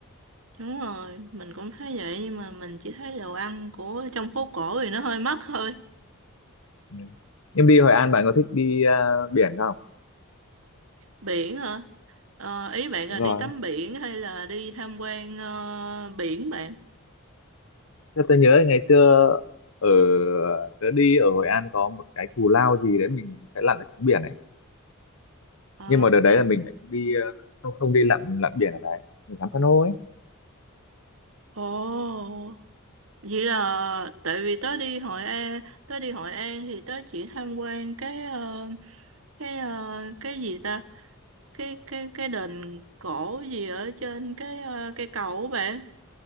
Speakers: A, on the right; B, on the left.
A: Đúng rồi, mình cũng thấy vậy nhưng mà mình chỉ thấy đồ ăn của trong phố cổ thì nó hơi mắc thôi.
B: ừ. nhưng đi Hội An bạn có thích đi à, biển không
A: Biển hả? Ờ, ý bạn là
B: đúng
A: đi
B: rồi
A: tắm biển hay là đi tham quan ờ, biển bạn?
B: Thế tôi nhớ ngày xưa ở tớ đi ở Hội An có một cái cù lao gì đấy mình phải lặn ở xuống biển này
A: Ồ,
B: nhưng mà đợt đấy là mình lại không đi à, không không đi lặn lặn biển ở đấy mình ngắm san hô ấy
A: ồ, vậy là tại vì tớ đi Hội An, tớ đi Hội An thì tớ chỉ tham quan cái ờ, cái ờ, cái gì ta? Cái cái cái đền cổ gì ở trên cái ờ, cây cầu á bạn.